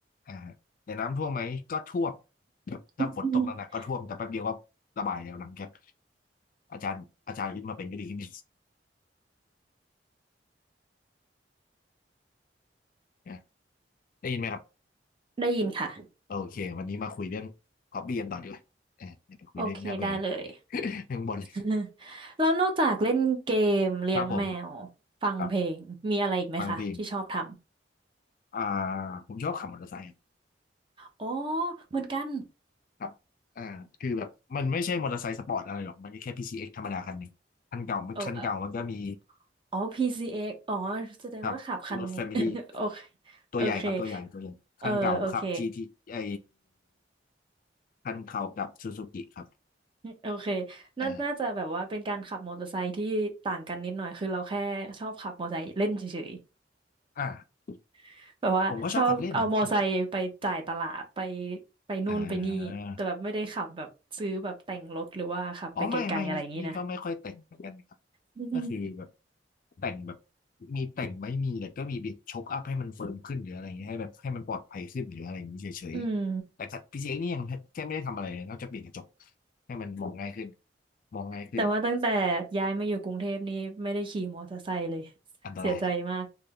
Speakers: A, on the left (about 50°); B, on the right (about 30°).
A: อ่าแต่น้ำท่วมไหมก็ท่วมแบบถ้าฝนตกหนักๆก็ท่วมแต่แป๊บเดียวก็ระบายแล้วหลังจาก
B: <laughs>
A: อาจารย์อาจารย์ยึดมาเป็นก็ดีขึ้นนะได้ยินไหมครับ
B: ได้ยินค่ะ
A: โอเควันนี้มาคุยเรื่องฮอบบี้กันต่อดีกว่าเอออย่าไปคุยเรื่องน่าเบื่อ
B: โอเค ได้เลย
A: <laughs> เรื่อ <laughs> งบน
B: <laughs> แล้วนอกจากเล่นเกม
A: <laughs>
B: เลี้ยงแมว
A: ครับผม
B: ฟังเพลง
A: ครับ
B: มีอะไรอีกไหมคะที่ชอบท
A: ฟังเพลงอ่าผมชอบขับมอเตอร์ไซค์
B: ำอ๋อเหมือนกัน
A: ครับอ่าคือแบบ มันไม่ใช่มอเตอร์ไซค์สปอร์ตอะไรหรอก มันก็แค่ PCX ธรรมดาคันหนึ่งคันเก่ามันคันเก่า
B: โอ้
A: มันก็มี
B: อ๋อ PCX อกซ์อ๋อแสดงว่าขับคัน
A: ครับรถแฟมิลี่
B: <laughs> โอเค
A: ตัวใหญ่ครับ
B: โอเค
A: ตัวใหญ่ ตัวใหญ่
B: เออโอเค
A: คันเก่าครับ GT ไอคันเก่ากับซูซูกิครับ
B: โอเคน่าน่าจะแบบว่าเป็นการขับมอเตอร์ไซค์ที่ต่างกันนิดหน่อยคือเราแค่ชอบขับมอเตอร์ไซค์เล่นเฉย
A: อ่าอ่า
B: ๆแบบว่าชอบเอามอเตอร์ไซค์ไปจ่ายตลาดไป
A: ผมก็ชอบขับเล่นผมชอบแบบ
B: ไปนู่นไปนี่แต่แบบไม่ได้ขับแบบซื้อแบบแต่งรถหรือว่าขับไปไกลๆอะไรอย่างนี้นะ
A: อ่า อ๋อไม่ไม่นี่นี่ก็ไม่ค่อยแต่งเหมือนกันนะครับ
B: <laughs>
A: ก็คือแบบแต่งแบบมีแต่งไม่มีแต่ก็มีบิดชกอัพให้มันเฟิร์มขึ้นหรืออะไรอย่างเงี้ยให้แบบให้มันปลอดภัยขึ้นหรืออะไรอย่างนี้เฉยๆ
B: อืม
A: แต่พีซีเอ็กนี่ยังแค่ไม่ได้ทำอะไรเลยนอกจากเปลี่ยนกระจกให้มันมองง่ายขึ้นมองง่ายขึ้น
B: แต่ว่าตั้งแต่ย้ายมาอยู่กรุงเทพนี่ไม่ได้ขี่มอเตอร์ไซค์เลย
A: อันตรายครับ
B: เสียใจมาก